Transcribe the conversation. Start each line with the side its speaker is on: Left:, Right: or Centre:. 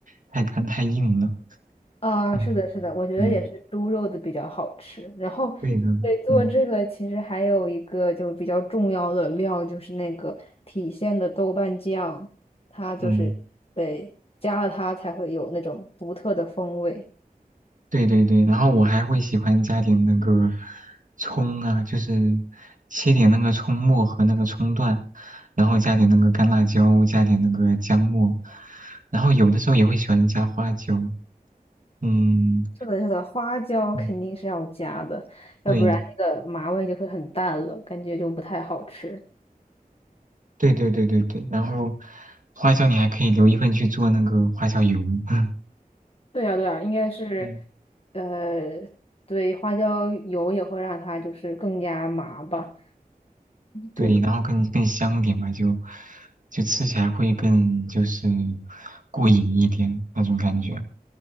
Right: 太干太硬了。
Left: 啊，
Right: 嗯，
Left: 是的，是的，我觉得也是猪肉的比较好吃。
Right: 对
Left: 然后，
Right: 对的，
Left: 对，做这个其实还有一个就比较重要的料，
Right: 嗯
Left: 就是那个郫县的豆瓣酱，它就是对加了它才会有那种独特的风味。
Right: 嗯，对对对。然后我还会喜欢加点那个葱啊，就是切点那个葱末和那个葱段，然后加点那个干辣椒，加点那个姜末，然后有的时候也会喜欢加花椒。嗯，
Left: 是的，是的，花椒肯定是要加的，
Right: 嗯
Left: 要不然那个麻味就会很淡了，
Right: 对
Left: 感觉就不太好吃。
Right: 对对对对对，然后花椒你还可以留一份去做那个花椒油，<laughs>
Left: 对呀，对呀，应该是，
Right: 嗯，
Left: 呃，对，花椒油也会让它就是更加麻吧。
Right: 对，
Left: 对。
Right: 然后更更香点吧，就就吃起来会更就是过瘾一点那种感觉。